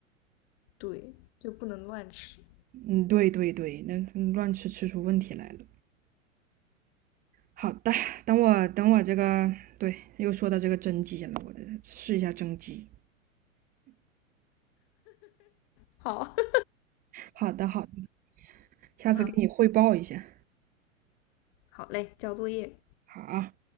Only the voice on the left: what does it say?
对，就不能乱吃。
好，<laughs>
好，好嘞，交作业。